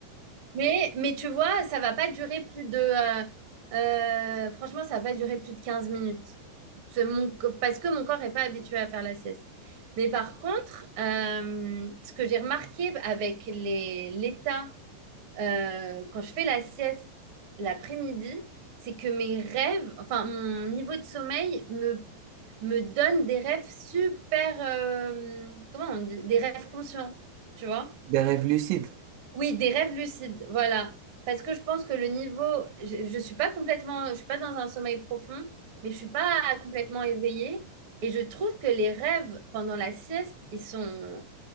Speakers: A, on the right (about 45°); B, on the right (about 90°).
A: Mais, mais tu vois, ça va pas durer plus de... euh, euh, franchement, ça va pas durer plus de 15 minutes. C'est mon co- parce que mon corps est pas habitué à faire la sieste. Mais par contre, euh, ce que j'ai remarqué avec les, l'état, euh, quand je fais la sieste l'après-midi, c'est que mes rêves, enfin mon niveau de sommeil me, me donne des rêves super... euh, comment on dit? Des rêves conscients, tu vois?
B: <laughs> des rêves lucides.
A: Oui, des rêves lucides, voilà. Parce que je pense que le niveau, je, je suis pas complètement, je suis pas dans un sommeil profond, mais je suis pas complètement éveillée. Et je trouve que les rêves pendant la sieste, ils sont,